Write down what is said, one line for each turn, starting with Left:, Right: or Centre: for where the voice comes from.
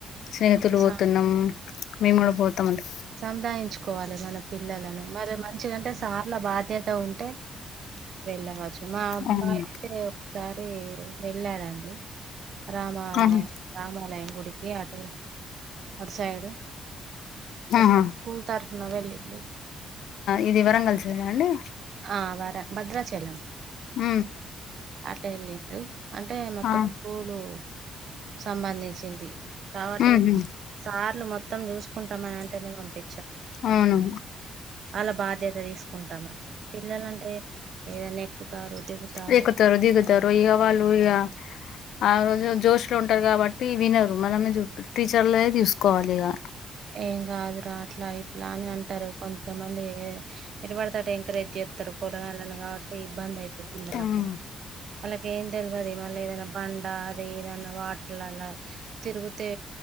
Left: స్నేహితులు
Right: సం
Left: పోతున్నాం మేము కూడా పోతం అంటే
Right: సందాయించుకోవాలె మన పిల్లలను మరి మంచిగాంటే సార్ల బాధ్య త ఉంటే వెళ్ళవచ్చు మా అబ్బాయి
Left: అవును
Right: అయితే ఒకసారి అయితే వెళ్ళాడండి రామ
Left: ఆహా
Right: రామాలయం గుడికి అటు సైడ్
Left: ఆహా
Right: స్కూల్ తరఫున వెళ్ళిండు.
Left: ఏది వరంగల్ సైడా అండి.
Right: ఆ వర భద్రాచలం
Left: ఉ
Right: అటు వెళ్ళిండు అంటే మొత్తం
Left: ఆ
Right: స్కూలు సంబంధించింది. కాబట్టి
Left: హ్మ్ హు
Right: సార్లు మొత్తం చూసుకుంటమని అంటనే పంపి
Left: అవును
Right: ఆళ్ళ బాధ్యత తీసుకుంటాం అంటే పిల్లలంటే ఏదనా ఎక్కుతారు దిగుతారు
Left: ఎక్కుతరు, దిగుతరు ఇగ వాళ్ళు ఇగా ఆ రోజు జోష్ అట్లా ఉంటరు కాబట్టి వినరు మనమూ చూస్ టీచర్లే చూసుకోవాలి ఇగా.
Right: ఏం కాదురా అట్లా ఇట్లా అని అంటరు కొంతమంది ఎటు పడితే అటు ఎంకరేజ్ చే త్తరు పొలగాళ్ళని కాబట్టి ఇబ్బంది అయితది పిల్లలకు.
Left: హ్మ్
Right: వాళ్ళకి ఏం తెలవది. మళ్ళా ఏదన్నా బండా అది ఇదన్నా వాటర్లల్లా తిరుగుతే